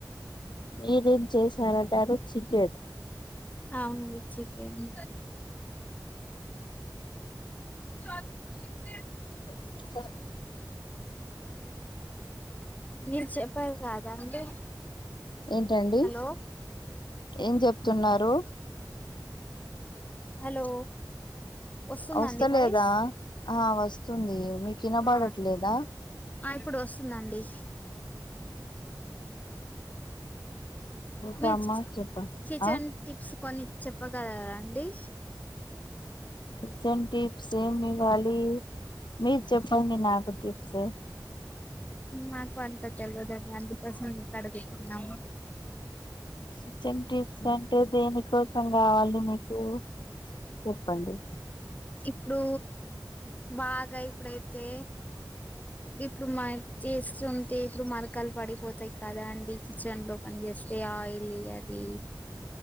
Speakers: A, on the left (about 80°); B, on the left (about 20°).
A: మీరేం చేశారన్నారు చికెన్
B: అవును మిచ్చికేన్ చ చికెన్
A: క
B: మీరు చెప్పారు కాదండి
A: ఏంటండి
B: హలో
A: ఏం చెప్తున్నారు
B: హలో వస్తుందండి
A: వస్తలేదా
B: వాయిస్
A: ఆ వస్తుంది మీకు వినపడట్లేదా
B: ఆ ఆ ఇప్పుడు వస్తుందండి
A: ఇంకా
B: మీ
A: అమ్మ చెప్ప
B: కిచెన్
A: ఆ
B: టిప్స్ కొన్ని చెప్ చెప్పగలరా రాండి
A: కిచెన్ టిప్స్ ఏం ఇవ్వాలి మీరు చెప్పండి నాకు టిప్స్
B: నాకు అంత తెలియదండి అందుకోసం కడుగుతున్నాము
A: కిచెన్ టిప్స్ అంటే దేని కోసం కావాలి మీకు చెప్పండి
B: ఇప్పుడు బాగా ఇప్పుడైతే ఇప్పుడు మ చేస్తుంటే ఇప్పుడు మరకాల్ పడిపోతాయి కదా అండి కిచెన్ లో పనిచేస్తే ఆయిల్ అది